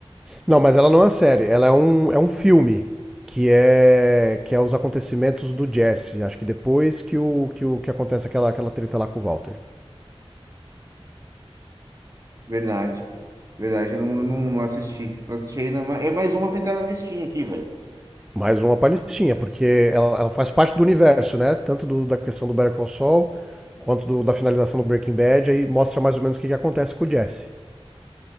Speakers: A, in the centre; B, on the right.
A: Não, mas ela não é uma série, ela é um, é um filme que é que é os acontecimentos do Jesse, acho que depois que o que, o, que acontece aquela, aquela treta lá com o Walter.
B: Verdade. Verdade, eu não, não, não assisti. Não assisti ainda, mas é mais uma pra entrar na listinha aqui, velho.
A: Mais uma palestinha, porque ela, ela faz parte do universo, né? Tanto do- da questão do Better Call Saul, quanto do- da finalização do Breaking Bad, aí mostra mais ou menos o que, que acontece com o Jesse.